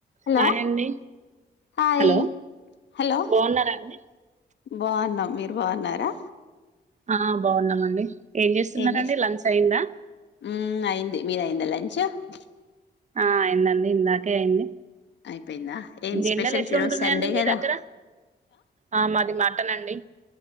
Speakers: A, on the left; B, on the right.
A: Hello
B: hi అండి
A: hi
B: hello
A: hello
B: బాగున్నారా అండి
A: బాగున్నాం మీరు బగున్నారా
B: ఆ బాగున్నామండి ఏం చేస్తున్నారండి
A: ఎమ్ చేస్తూ
B: లంచ్ అయిందా
A: హ్మ్ అయింది మీది అయిందా లంచ్ అచ్చ
B: ఆ అయిందండి ఇందాకే అయింది
A: అయిపోయిందా ఏం స్పెషల్స్
B: ఎండలు ఎట్లుంటున్నాయండి
A: ఈరోజు సండే
B: మీ
A: కదా
B: దగ్గర ఆ మాది మాటన్ అండి